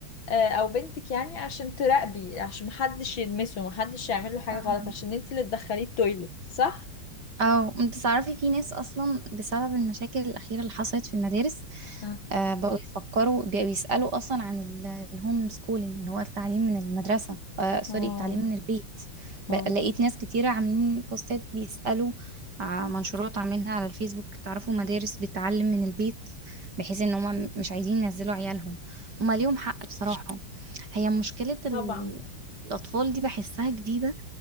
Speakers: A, on the left (about 65°); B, on the right (about 50°).
A: آه، او بنتك يعني عشان تراقبي عشان محدش يلمسه محدش يعمل له حاجة
B: امم
A: غلط عشان انت اللي تدخليه التويلت صح؟
B: اه انت تعرفي في ناس اصلا بسبب المشاكل الاخيره اللي حصلت في المدارس
A: اه
B: آه بقوا يفكروا بقوا يسالوا اصلا عن ال- الهوم سكولينج اللي هو التعليم من المدرسه آه سوري
A: اه
B: التعليم من البيت بقى
A: اه
B: لقيت ناس كتيره عاملين بوستات بيسالوا ع- منشورات عاملينها على الفيسبوك تعرفوا مدارس بتعلم من البيت بحيث ان هم مش عايزين ينزلوا عيالهم هما ليهم حق بصراحه هي مشكله ال-
A: طبعا
B: الاطفال دي بحسها جديده